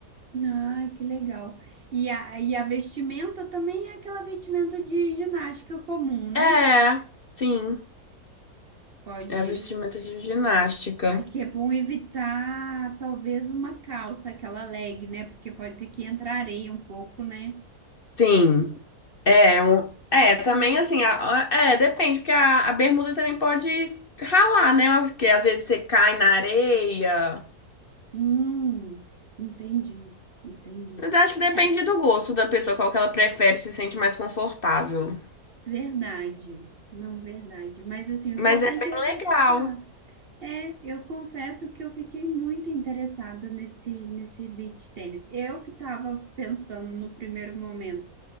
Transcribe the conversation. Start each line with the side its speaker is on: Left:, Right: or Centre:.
Right: Ah, que legal. E a, e a vestimenta também é aquela vestimenta de ginástica comum, né?
Left: É, sim.
Right: Pode.
Left: É vestimenta de ginástica.
Right: Acho que é bom evitar talvez uma calça, aquela leg, né? Porque pode ser que entre areia um pouco, né?
Left: Sim. É, um- é, também assim, a- a- é, depende, porque a, a bermuda também pode ralar, né? Porque às vezes você cai na areia.
Right: Hum, entendi, entendi.
Left: Mas acho que depende
Right: É,
Left: do gosto da pessoa, qual que ela prefere, se sente mais confortável.
Right: verdade. Não, verdade. Mas assim, o
Left: Mas
Right: importante
Left: é bem
Right: é exercitar.
Left: legal.
Right: É, eu confesso que eu fiquei muito interessada nesse, nesse beach tênis. Eu que estava pensando no primeiro momento.